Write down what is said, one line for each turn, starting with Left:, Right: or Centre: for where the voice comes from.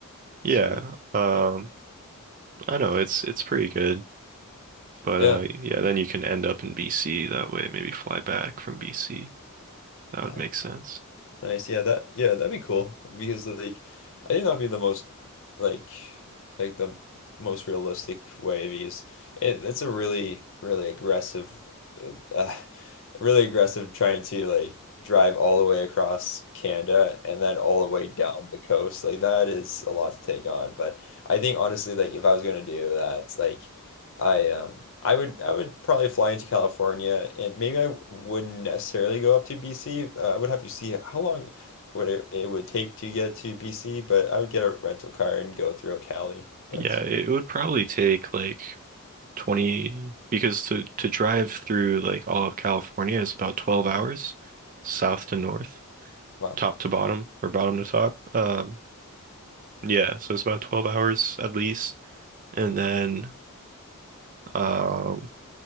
Right: yeah,
Left: sweet,
Right: um,
Left: yeah,
Right: I know it's it's pretty good. But
Left: yeah,
Right: uh, yeah, then you can end up in BC that way, maybe fly back from BC. That
Left: nice.
Right: would make sense.
Left: Nice. Yeah, that yeah, that'd be cool because like I think that'd be the most like like the most realistic way because it, it's a really really aggressive uh, <laughs> really aggressive trying to like drive all the way across Canada and then all the way down the coast. Like that is a lot to take on, but I think honestly like if I was going to do that, like I um I would I would probably fly into California and maybe I wouldn't necessarily go up to BC. Uh, I would have to see how long would it, it would take to get to BC, but I would get a rental car and go through Cali. That's
Right: Yeah, it would probably take like 20 because to to drive through like all of California is about 12 hours south to north,
Left: wow.
Right: top to bottom or bottom to top. Um yeah, so it's about 12 hours at least. And then um